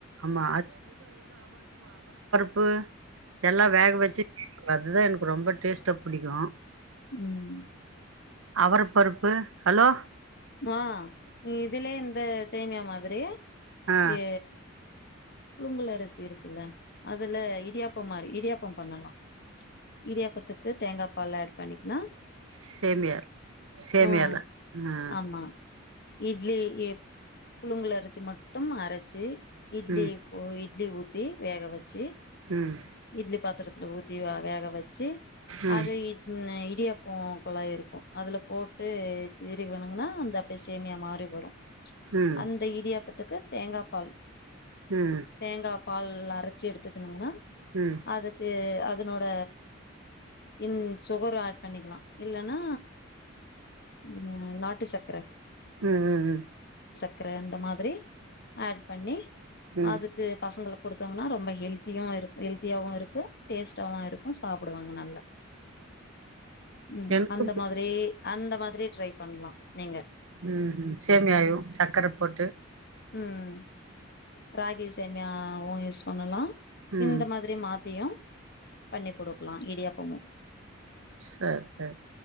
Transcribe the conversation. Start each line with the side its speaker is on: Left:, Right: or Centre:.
Right: ஆமா பு எல்லாம் வேக வச்சு <unintelligible> அதுதான் எனக்கு ரொம்ப டேஸ்ட் தான் புடிக்கும்
Left: உம்
Right: அவரபருப்பு ஹலோ
Left: ஆஹ் இதுலே இந்த சேமியா மாதிரி
Right: ஆ
Left: ஏ புழுங்கல் அரிசி இருக்குல்ல அதுல இடியாப்பம் மாறி இடியாப்பம் பண்ணலாம் ப்ச் இடியாப்பத்துக்கு தேங்கா பால் ஆட் பண்ணிக்கலா
Right: சேமியா சேமியால
Left: ம்
Right: அஹ
Left: ஆமா இட்லி புழுங்கல் அரிசி மட்டு மட்டும் அரச்சு இட்லி
Right: ம்
Left: இப்போ இட் இட்லி ஊத்தி வேக வெச்சு
Right: ம்
Left: இட்லி பாத்திரத்துல ஊத்தி வேக வெச்சு
Right: ம்
Left: அது இ இடியாப்போ குழாய் இருக்கு அதுல போட்டு ஏரி வணுங்கன்னா அந்த அப்ப சேமியா மாறி வரும் ப்ச்
Right: ம்
Left: அந்த இடியாப் பத்துக்கு தேங்கா பால்
Right: ம்
Left: தேங்கா பால் அரச்சு எடுத்துக்கணுங்கன்னா
Right: ம்
Left: அதுக்கு அ அதனோட இன் சுகரு ஆட் பண்ணிக்கனு இல்லனா உ நாட்டு சக்கர
Right: உம் உம் உம்
Left: க்கர அந்த மாதிரி ஆட் பண்ணி
Right: ம்
Left: அதுக்கு பசங்களுக்கு குடுத்தோங்கன்னா ரொம்ப ஹெல்தியா இருக்கு ஹெல்தியாவு இருக்கு டேஸ்ட்டாவு இருக்கு சாப்பிடுவாங்க நல்லா உம்
Right: எனக்கு
Left: அந்த மாதிரி அந்த மாதிரி ட்ரை பண்லா நீங்க
Right: உம் ஹூம் சேமியாவியு சர்க்கர போட்டு
Left: உம் ராகி சேமியாவு யூஸ் பண்ணலா
Right: ம்
Left: இந்த மாதிரி மாத்தியு பண்ணி் குடுக்கலா இடியாப் ஆமா
Right: சரி சரி